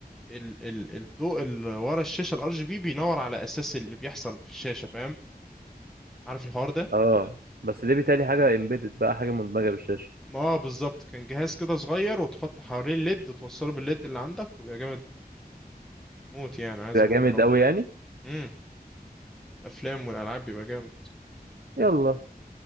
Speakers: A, in the centre; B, on the right (about 70°).
A: ال... ال... الضوء اللي ورا الشاشه الار جي بي بينور على اساس اللي بيحصل في الشاشه فاهم عارف الحوار ده
B: اه بس دي بيتهيألي حاجة امبيدد بقى حاجة مدمجة بالشاشة
A: ما هو بالظبط كان جهاز كده صغير وتحط حواليه الليد وتوصله بالليد اللي عندك وبيبقى جامد موت يعني عايز
B: يبقى
A: ابقى
B: جامد
A: اجربه
B: قوي يعني
A: امم الافلام والالعاب بيبقى جامد
B: يلا